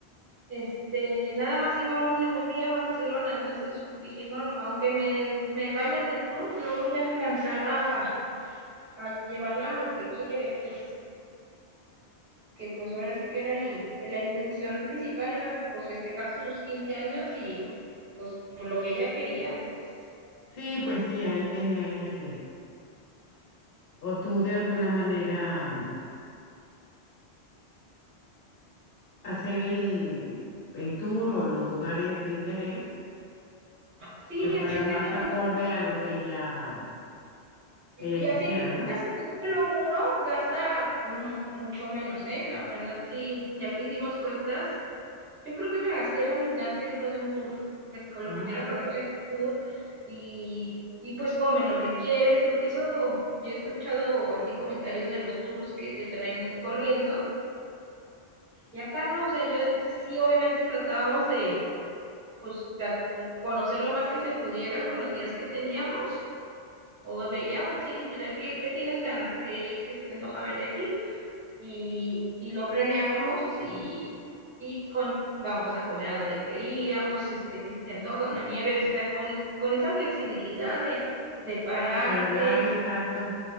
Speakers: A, on the right; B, on the left.
A: Este, nada más iba un, un día a Barcelona, entonces dije, no, aunque me, me vaya del tour, no voy a alcanzar a, a, llevarla a lo que quiere, pues, que pues ahora sí que era el, la intención principal, era pues festejar sus 15 años y pues por lo que ella quería, pues.
B: Sí, pues sí, ahí tenía ella que, o tú de alguna manera mm, hacer el, el tour o los lugares de interés
A: Sí,
B: que fueran
A: así exactamente.
B: más acorde a lo que ella...
A: Y,
B: Ella
A: y
B: quisiera,
A: a fin de
B: ¿no?
A: cuentas, haciéndolo uno, gasta mm, mucho menos, ¿eh? La verdad, sí, ya que hicimos cuentas, yo creo que me gasté la mitad que lo de un tour, o sea, con lo
B: Ay,
A: que hubiera pagado el tour y, y pues comes lo que quieres, porque eso, yo he escuchado así comentarios de los tours que te traen corriendo y acá no, o sea, yo sí, obviamente tratábamos de, pues, conocer lo más que se pudiera con los días que teníamos o veíamos así literal, ¿qué, qué tienes ganas? ¿Qué, ¿Qué, se te antoja ver de aquí? Y, y lo planeábamos y, y, con, vamos a comer a donde queríamos, este, ¿qué se te antoja? Una nieve, o sea, con, con esa flexibilidad de, de pararte,
B: y el horario exacto.